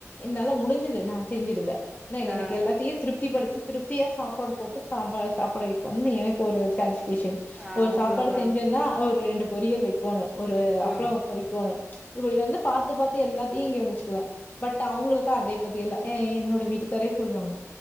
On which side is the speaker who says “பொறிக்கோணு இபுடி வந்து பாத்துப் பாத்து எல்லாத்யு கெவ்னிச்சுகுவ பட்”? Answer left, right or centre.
Left